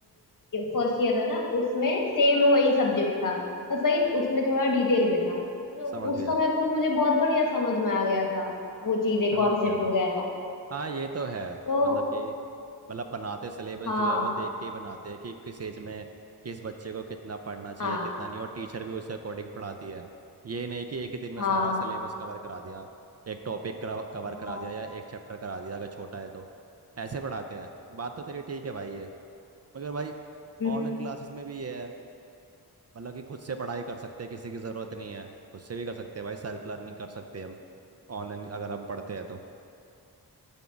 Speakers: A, on the left; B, on the right.
A: फर्स्ट ईयर था ना उसमें सेम वही सब्जेक्ट था बस वही उसमें थोड़ा डिटेल में था तो
B: समझ
A: उस
B: गया
A: समय वो मुझे बहुत बढ़िया समझ में आ गया था वो चीजें
B: समझ
A: कॉन्सेप्ट
B: गया
A: वगैरह
B: हाँ ये तो है
A: तो
B: मतलब कि मतलब बनाते सिलेबस
A: हाँ
B: जो है वो देख के ही बनाते हैं कि किस एज में किस बच्चे को कितना पढ़ना चाहिए
A: हाँ
B: कितना नहीं और टीचर भी उसके अकॉर्डिंग पढ़ाती है ये नहीं कि एक ही दिन में
A: हाँ
B: सारा सिलेबस
A: हाँ
B: कवर करा दिया एक टॉपिक कवर
A: हाँ
B: करा दिया या एक चैप्टर करा दिया अगर छोटा है तो ऐसे पढ़ाते हैं बात तो तेरी ठीक है भाई ये मगर भाई
A: हम्म
B: ऑनलाइन क्लासेस में भी ये है मतलब कि खुद से पढ़ाई कर सकते हैं किसी की ज़रूरत नहीं है खुद से भी कर सकते हैं भाई सेल्फ लर्निंग कर सकते हैं हम ऑनलाइन अगर हम पढ़ते हैं तो